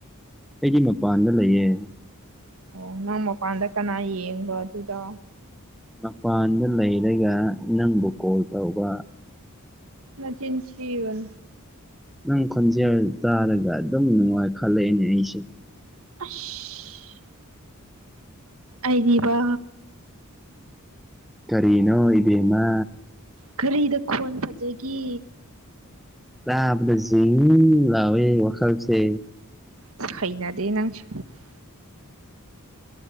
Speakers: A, in the centre; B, on the right (about 70°).
A: ꯑꯩꯒꯤ ꯃꯄꯥꯟꯗ ꯂꯩꯌꯦ
B: ꯑꯣ ꯅꯪ ꯃꯄꯥꯟꯗ ꯀꯅꯥ ꯌꯦꯡꯕ ꯑꯗꯨꯗ
A: ꯃꯄꯥꯟꯗ ꯂꯩꯔꯒ ꯅꯪꯕꯨ ꯀꯣꯜ ꯇꯧꯕ
B: ꯃꯆꯤꯟꯁꯤꯕꯟ
A: ꯅꯪ ꯈꯣꯟꯖꯦꯜ ꯇꯥꯔꯒ ꯑꯗꯨꯝ ꯅꯨꯡꯉꯥꯏ ꯈꯜꯂꯛꯑꯦꯅꯦ ꯑꯩꯁꯦ
B: ꯑꯁ ꯑꯩꯗꯤꯕ
A: ꯀꯔꯤꯅꯣ ꯏꯦꯃ
B: ꯀꯔꯤꯗ ꯈꯣꯟ ꯐꯖꯒꯤ
A: ꯂꯗ ꯖ ꯂꯋꯦ ꯋꯥꯈꯔꯁ
B: ꯑ ꯍꯩꯅꯗꯤꯦ ꯅꯪꯁ